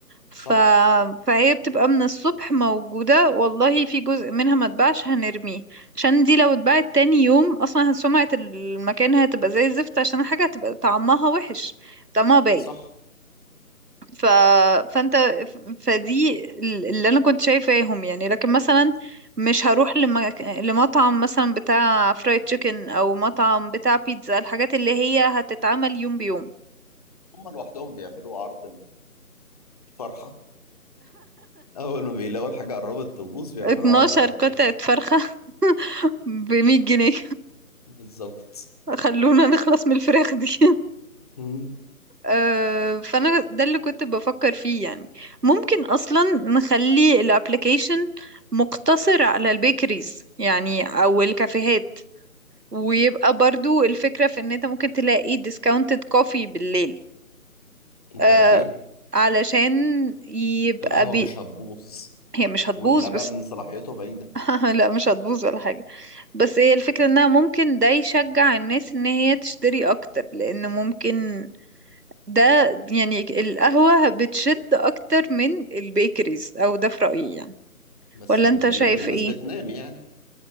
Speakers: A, on the right; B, on the left.
A: ف...
B: صح
A: فهي بتبقى من الصبح موجودة والله في جزء منها ما اتباعش هنرميه عشان دي لو اتباعت تاني يوم اصلا سمعة المكان هتبقى زي الزفت عشان الحاجة هتبقى طعمها وحش طعمها بايت
B: صح
A: ف... فانت فدي ال- اللي انا كنت شايفاهم يعني لكن مثلا مش هروح لمك... لمطعم مثلا بتاع فرايد تشيكن او مطعم بتاع بيتزا الحاجات اللي هي هتتعمل يوم بيوم
B: هم لوحدهم بيعملوا عرض الفرحة اول ما بيلاقوا الحاجة قربت تبوظ بيعملوا
A: 12
B: عرض على طول
A: قطعة فرخة <laughs> بمية جنيه
B: بالظبط
A: خلونا نخلص من الفراخ دي <laughs>
B: مم.
A: آه، فانا ده اللي كنت بفكر فيه يعني ممكن اصلا نخلي الابليكيشن مقتصر على البيكريز يعني او الكافيهات ويبقى برضو الفكرة في ان انت ممكن تلاقي ديسكاونتد كوفي بالليل آه،
B: طب ليه
A: علشان يبقى
B: القهوة
A: بي
B: مش هتبوظ
A: هي مش هتبوظ
B: واللبن
A: بس
B: صلاحيته بعيدة
A: <laughs> لا مش هتبوظ ولا حاجة بس هي الفكرة انها ممكن ده يشجع الناس ان هي تشتري اكتر لان ممكن ده يعني القهوة بتشد أكتر من البيكريز أو ده في رأيي يعني
B: بس
A: ولا
B: بالليل
A: أنت شايف
B: الناس
A: إيه؟
B: بتنام يعني